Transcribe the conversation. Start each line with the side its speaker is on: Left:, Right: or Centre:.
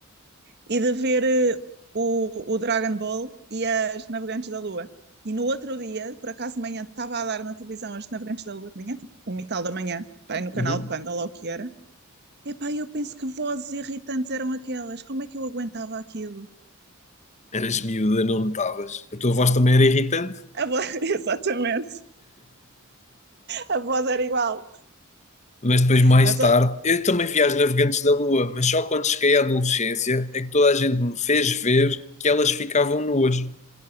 Right: e de ver eh, o, o Dragon Ball e as Navegantes da Lua. E no outro dia, por acaso de manhã, estava a dar na televisão as Navegantes da Lua de manhã, tipo um e tal da manhã, pá, no
Left: Uhum.
Right: canal Panda, lá o que era. Epá, eu penso que vozes irritantes eram aquelas, como é que eu aguentava aquilo?
Left: Eras miúda, não notavas. A tua voz também era irritante.
Right: A voz, <laughs> exatamente, a voz era igual,
Left: Mas depois, mais
Right: mas,
Left: tarde, eu também vi As Navegantes da Lua, mas só quando cheguei à adolescência é que toda a gente me fez ver que elas ficavam nuas.